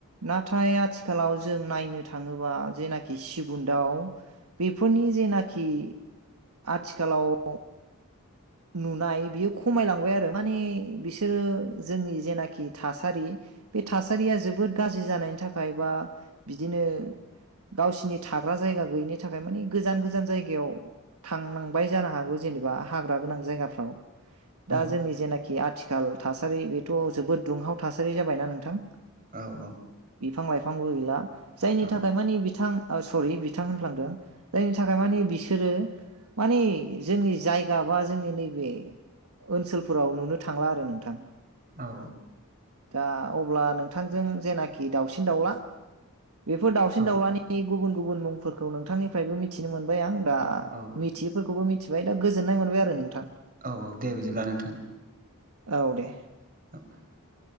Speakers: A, on the right; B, on the right.
A: नाथाय आथिखालाव जों नायनो थाङोबा जेनाखि सिगुन दाउ बेफोरनि जेनाखि आथिखालाव नुनाय बियो खमायलांबाय आरो माने बिसोरो जोंनि जेनाखि थासारि बे थासारिया जोबोद गाज्रि जानायनि थाखाय बा बिदिनो गावसिनि थाग्रा जायगा गैयिनि थाखाय मानि गोजान गोजान जायगायाव थांनांबाय जानो हागौ जेनेबा हाग्रा गोनां जायगाफ्राव
B: औ
A: दा जोंनि जेनाखि कि आथिखाल थासारि बेथ' जोबोद दुंहाव थासारि जाबाय ना नोंथां।
B: औ औ।
A: बिफां लाइफांबो गैला जायनि
B: औ
A: थाखाय माने बिथां ओ सरि बिथां होनफ्लांदों जायनि थाखाय माने बिसोरो मानि जोंनि जाय जाबा जोंनि नैबे ओनसोलफोराव नुनो थांला आरो नोंथां।
B: औ।
A: दा अब्ला नोंथांजों जेनाखि दाउसिन दाउला बेफोर दाावसिन
B: औ
A: दाउलानि गुबुन गुबुन मुंफोरखौ नोंथांनिफ्रायबो मिथिनो मोनबाय आं। दा
B: औ
A: मिथियैफोरखौबो मिथिबाय दा गोजोननाय मोनबाय आरो नोंथां।
B: औ औ दे बिदिब्ला नोंथां।
A: औ दे।
B: <unintelligible>